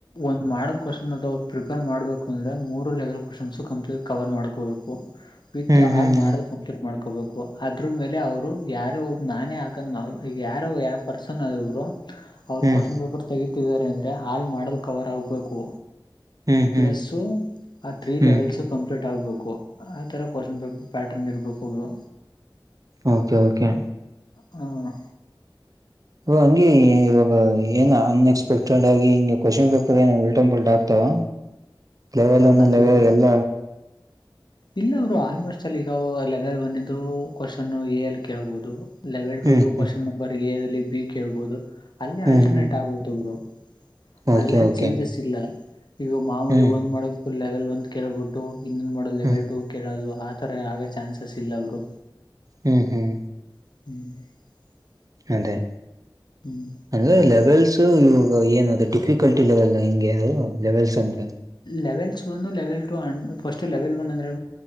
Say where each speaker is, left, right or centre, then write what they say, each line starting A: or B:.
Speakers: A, on the left; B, on the right.
A: ಒಂದ್ ಮಾಡೆಲ್ ಕ್ವೆಶ್ಚನ್ ಅದ ಅವ್ ಪ್ರಪೇರ್ ಮಾಡಬೇಕು ಅಂದ್ರೆ ಮೂರು ಲೆವೆಲ್ ಕ್ವಶನ್ಸ್ ಕಂಪ್ಲೀಟ್ ಕವರ್ ಮಾಡಕೋಬೇಕು ವಿತ್
B: ಹ್ಮ್ ಹ್ಮ್
A: ಹಾಲ್ ಮಾಡಲ್ ಸೆಟ್ ಮಾಡ್ಕೊಬೇಕು ಅದ್ರ ಮೇಲೆ ಅವರು ಯಾರೋ ಒಬ್ಬ ನಾನೇ ಹಾಕಂದ್ ನಾವು ಈಗ ಯಾರೋ ಯಾವ ಪರ್ಸನ್ ಆದಬ್ರು ಅವರು
B: ಹ್ಮ್
A: ಕ್ವೆಶ್ಚನ್ ಪೇಪರ್ ತೆಗೀತಿದ್ದಾರೆ ಅಂದ್ರೆ ಹಾಲ್ ಮಾಡದು ಕವರ್ ಆಗ್ಬೇಕು
B: ಹ್ಮ್
A: ಪ್ಲಸ್ಸು
B: ಹ್ಮ್
A: ಆ ತ್ರೀ
B: ಹ್ಮ್
A: ಲೆವೆಲ್ಸ್ ಕಂಪ್ಲೀಟ್ ಆಗ್ಬೇಕು ಆ ತರ ಕ್ವಶನ್ ಪೇಪರ್ ಪ್ಯಾಟರ್ನ್ ಇರ್ಬೇಕು ಬ್ರೋ
B: ಓಕೆ ಓಕೆ
A: ಹಾ
B: ಇವಾಗ ಹಂಗೆ ಇವಾಗ ಏ ಅನ್ಎಕ್ಸ್ಪೆಕ್ಟೆಡ್ ಆಗಿ ಹಂಗೆ ಕ್ವಶನ್ ಪೇಪರ್ ಏ ಉಲ್ಟಪಲ್ಟ್ ಆಗ್ತಾವ ಲೆವೆಲ್
A: ಹಾ
B: ಅನ್ನು
A: ಅದು
B: ಲೆವೆಲ್
A: ರೀ
B: ಎಲ್ಲ
A: ಇಲ್ಲ ಅವರು ಆಲ್ಮೋಸ್ಟ್ ಅಲ್ಲಿ ಈಗ ಲೆವೆಲ್ ಒಂದಂದು ಕ್ವೆಶ್ಚನ್ ಎ ಅಲ್ಲಿ ಕೇಳ್ಬಹುದು ಲೆವೆಲ್
B: ಹ್ಮ್
A: ಟೂದು ಕ್ವೆಶ್ಚನ್
B: ಹ್ಮ್
A: ನಂಬರ್ ಎ ದಲ್ಲಿ ಬಿ ಕೇಳಬಹುದು ಅಲ್ಲೆ
B: ಹ್ಮ್
A: ಆಲ್ಟರ್ನೇಟ್
B: ಹ್ಮ್
A: ಆಗ್ಬಹುದು ಬ್ರೋ
B: ಓಕೆ
A: ಅಲ್ಲೇನ್
B: ಓಕೆ
A: ಚೇಂಜಸ್ ಇಲ್ಲ ಈಗ ಮಾಮೂಲಿ
B: ಹ್ಮ್
A: ಒಂದ್ ಮಾಡಕ್ ಫುಲ್ ಲೆವೆಲ್ ಒಂದ್ ಕೇಳ್ಬಿಟ್ಟು ಇನ್ನೊಂದು ಮಾಡೆಲ ಲೆವೆಲ್
B: ಹ್ಮ್
A: ಟೂ ಕೇಳೋದು ಆ ತರ ಆಗೋ ಚಾನ್ಸಸ್ ಇಲ್ಲ ಅವರು
B: ಹ್ಮ್ ಹ್ಮ್
A: <unintelligible>
B: ಅದೇ
A: ಹ್ಮ್
B: ಅಂದ್ರೆ ಲೆವೆಲ್ಸ್ ಸೊ ಇವಾಗ ಏನಾದ ಡಿಫಿಕಲ್ಟಿಲವೆಲ್ಲ ಹಿಂಗೆ ಅದು ಲೆವೆಲ್ಸ್ ಅಂದ್ರೆ
A: ಲೆವೆಲ್ ಒಂದು level two and first level one ಅಂದ್ರೆ